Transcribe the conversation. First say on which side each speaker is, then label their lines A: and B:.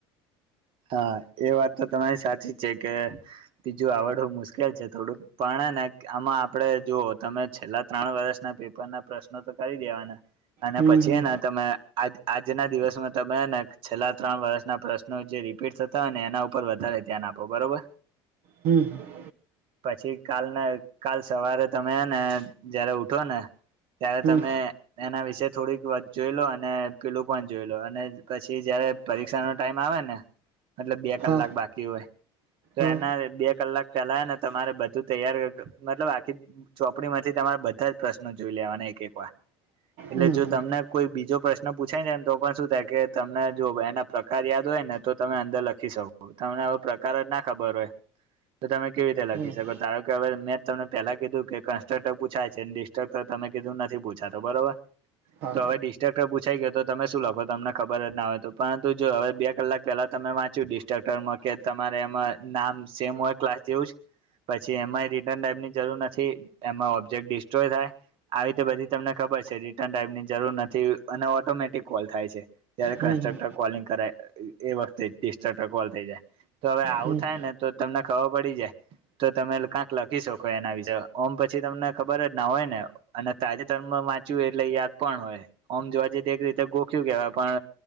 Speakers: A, on the right; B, on the right.
A: હા એ વાત તો તમારી સાચી જ છે કે બીજું આવડવું મુશ્કેલ છે થોડુંક પણ ને આમાં આપડે જુઓ તમે છેલ્લા ત્રણ વર્ષ ના પેપર ના પ્રશ્નો તો કરી દેવાના અને
B: હમ
A: પછી હને તમે આ આજના દિવસમાં તમેને છેલ્લા ત્રણ વર્ષના પ્રશ્નો જે રીપીટ થતા હોય એના ઉપર વધારે ધ્યાન આપો બરોબર.
B: હમ્મ.
A: પછી કાલ ને કાલ સવારે તમે ને જયારે ઉઠો ને ત્યારે
B: હમ હમ
A: તમે એના વિશે થોડીક વાત જોઈ લો અને પીલું પણ જોઈ લો અને પછી જયારે પરીક્ષાનો ટાઈમ આવે ને મતલબ બે કલાક
B: હા
A: બાકી હોય. તો એના
B: હા
A: બે કલાક પેલા ને તમારે બધું તૈયાર મતલબ આખી ચોપડી માંથી તમારા બધા જ પ્રશ્નો જોઈ લેવાના એક એક વાર એટલે
B: હમ
A: જો
B: હમ
A: તમને કોઈ બીજો પ્રશ્ન પૂછાય જાય ને તો પણ શું થાય કે તમને જોબ એના પ્રકાર યાદ હોય ને તો તમે અંદર લખી શકો તમને અવે પ્રકાર જ ના ખબર હોય તો તમે કેવી રીતે લખી
B: હમ
A: શકો ધારો કે અવે મેં તમને પેલા કીધું કે કન્સ્ટ્રક્ટર પૂછાય છે ને ડીસ ચક ત તમે કીધું નથી પૂછાતો બરોબર
B: હા
A: તો હવે ડિસ્ટરકર પૂછાય ગયો તો તમે શું લખો તમને ખબર જ ના હોય તો પરંતુ જો અવે બે કલાક પેલા તમે વાંચ્યું ડિસ્ટ્રક્ટરમાં કે તમારે એમાં નામ સેમ હોય ક્લાસ જેવું જ પછી એમાંય રિટર્ન ટાઈપની જરૂર નથી એમાં ઓબ્જેક્ટ ડિસ્ટ્રોય થાય. આવી તે બધી તમને ખબર છે રિટર્ન ટાઈપની જરૂર નથી અને ઓટોમેટિક કોલ થાય છે. ત્યારે
B: હમ
A: કન્સ્ટ્રક્ટર
B: હમ
A: કોલિંગ કરાય એ વખતે ડિસ્ટટ કોલ થઈ જાય તો અવે આવું
B: હમ
A: થાય ને તો તમને ખબર પડી જાય તો તમે કાંક લખી શકો એના વિશે ઓમ પછી તમને ખબર જ ના હોય ને અને તાજેતરમાં વાંચ્યું એટલે યાદ પણ હોય ઓમ જોવા જઈએ એક રીતે ગોખ્યું કેવાય પણ